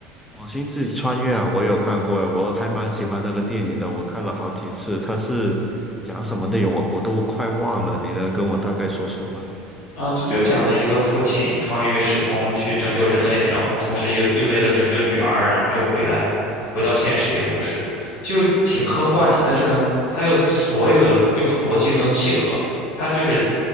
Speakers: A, in the centre; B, on the left.
A: 哦，《星际穿越》啊，我有看过，我还蛮喜欢那个电影的，我看了好几次。它是讲什么内容，我我都快忘了，你能跟我大概说说吗？
B: 嗯，他就讲的一个父亲穿越时空去拯救人类，然后同时又又为了拯救女儿，然后又回来，回到现实的一个故事，就挺科幻的。但是呢，他又所有的又逻辑又能契合，他就是